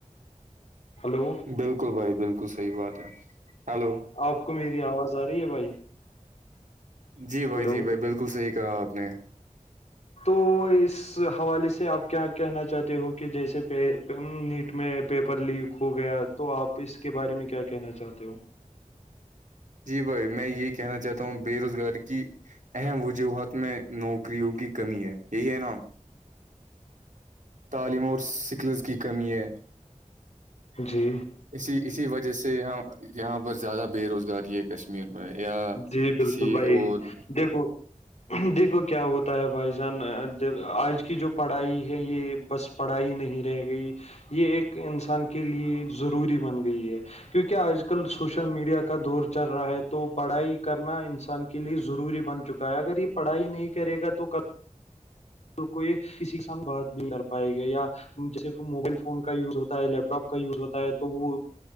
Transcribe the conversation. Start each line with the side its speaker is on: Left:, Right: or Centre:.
Left: ہلو
Right: بلکل بھائی بلکل صحیح بات ہے ہلو
Left: آپ کو میری آواز آ رہی ہے بھائی
Right: جی بھائی
Left: ہلو
Right: جی بھائی بلکل صحیح کہا آپ نے
Left: تو اس اس حوالے سے آپ کیا کہنا چاہتے ہو کہ جیسے پے نیٹ میں پیپر لیک کھو گیا تو آپ اس کے بارے میں کیا کہنا چاہتے ہو
Right: جی بھائی میں یہی کہنا چاہتا ہوں بے روزگاری کی اہم وجوہات میں نوکریوں کی کمی ہے یہی ہے نا تعلیم اور سکلز کی کمی ہے
Left: جی
Right: اسی اسی وجہ سے یہ یہاں پر زیادہ بے روزگاری ہے کش م میں یا
Left: جی
Right: کسی
Left: بالکل بھائی
Right: اور <inaudible>
Left: دیکھو دیکھو کیا ہوتا ہے بھائی جان آج کی جو پڑھائی ہے یہ بس پڑھائی نہیں رہ گئی یہ ایک انسان کے لیے ضروری بن گئی ہے کیونکہ آج کل سوشل میڈیا کا دور چل رہا ہے تو پڑھائی کرنا انسان کے لیے ضروری بن چکا ہے اگر یہ پڑھائی نہیں کرے گا تو کبھی کو یہ کسی کے سامھ بات نہیں کر پائے گا یا <unintelligible> جیسے موبائل فون کا یوز ہوتا ہے لیپ ٹاپ کا یوز ہوتا ہے تو وہ